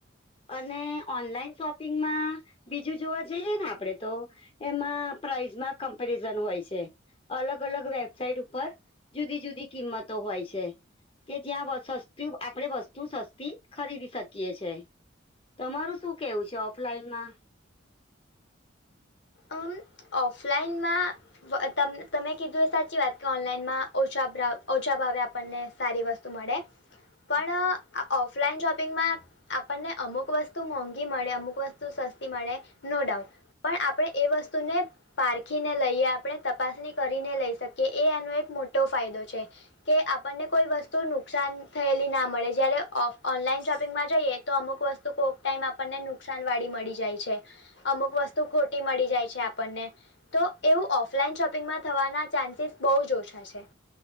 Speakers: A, on the left; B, on the left.
A: અને ઓનલાઈન શોપિંગમાં બીજું જોવા જઈએ ને આપડે તો એમાં પ્રાઈઝમાં કમ્પેરિઝન હોય છે અલગ અલગ વેબસાઇટ ઉપર જુદી જુદી કિંમતો હોય છે કે જ્યાં વર્ષો સુધી આપડે વસ્તુ સસ્તી ખરીદી શકીએ છે તમારું શું કેવું છે ઓફલાઈન માં
B: અ ઓફલાઈનમાં તમ તમે કીધું એ સાચી વાત કે ઓનલાઈનમાં ઓછા ભાવે આપણને સારી વસ્તુ મળે
A: <inaudible>
B: પણ આ ઓફલાઈન શોપિંગમાં આપણને અમુક વસ્તુ મોંઘી મળે અમુક વસ્તુ સસ્તી મળે નો ડાઉટ પણ આપ પડે એ વસ્તુને પારખીને લઈએ આપણે તપાસણી કરીને લઈ શકીએ એ આનો એક મોટો ફાયદો છે કે આપણને કોઈ વસ્તુ નુકસાન થયેલી ના મળે જ્યારે ઓનલાઈન શોપિંગમાં જોઈએ તો અમુક વસ્તુ કોક ટાઈમ આપણને નુકસાન વાળી મળી જાય છે અમુક વસ્તુ ખોટ ટી મળી જાય છે આપણને તો એવું ઓફલાઈન શોપિંગમાં થવાના ચાન્સીસ બહુ જ ઓછા છે